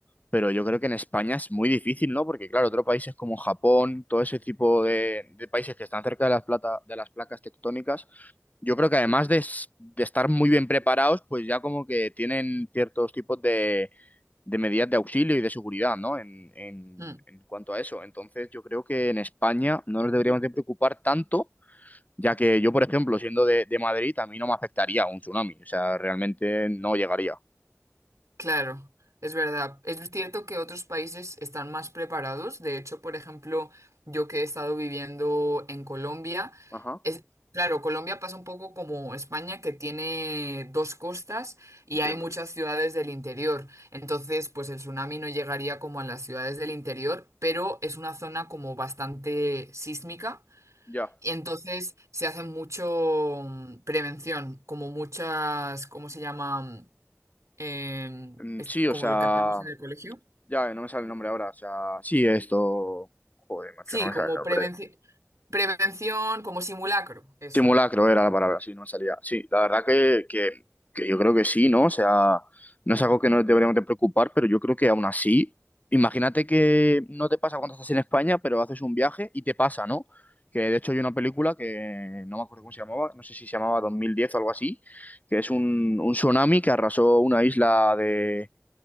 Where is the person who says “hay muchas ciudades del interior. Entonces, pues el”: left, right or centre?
Right